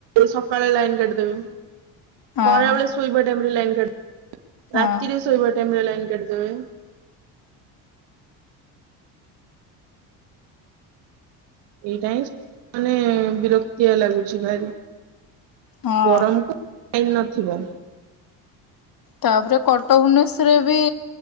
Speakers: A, on the right; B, on the left.
A: ସକାଳେ ଲାଇନ୍ କାଟିଦେବେ,
B: ହଁ
A: ଖରାବେଳେ ଶୋଇବା ଟାଇମ୍ ରେ ଲାଇନ୍ କାଟି ଦେ
B: ହଁ
A: ରାତିରେ ଶୋଇବା ଟାଇମ୍ ରେ ଲାଇନ୍ କାଟିିଦେବେ। ଏଇଟା ହିଁ ମାନେ ବିରକ୍ତିଆ ଲାଗୁଛି ଭାରି
B: ହଁ।
A: ଗରମକୁ ଲାଇନ୍ ନଥିବ।
B: ତାପରେ କଟକ ଭୁବନେଶ୍ଵରରେ ବି